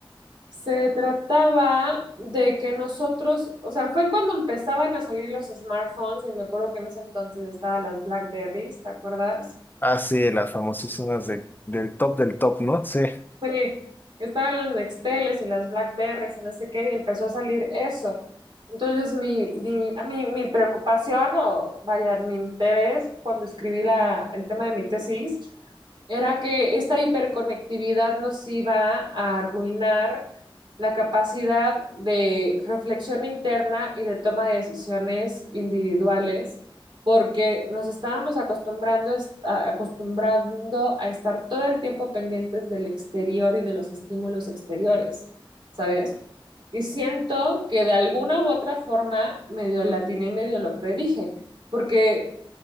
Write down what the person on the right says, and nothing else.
Se trataba de que nosotros, o sea, fue cuando empezaban a salir los smartphones y me acuerdo que en ese entonces estaban las BlackBerries, ¿te acuerdas?
Sí, estaban los Nexteles y las Blackberries y no sé qué, y empezó a salir eso. Entonces, mi, mi, a mí, mi preocupación o vaya, mi interés cuando escribí la, el tema de mi tesis era que esta hiperconectividad nos iba a arruinar la capacidad de reflexión interna y de toma de decisiones individuales porque nos estábamos acostumbrando, es- a- acostumbrando a estar todo el tiempo pendientes del exterior y de los estímulos exteriores, ¿sabes? Y siento que de alguna u otra forma medio latina y medio lo predije, porque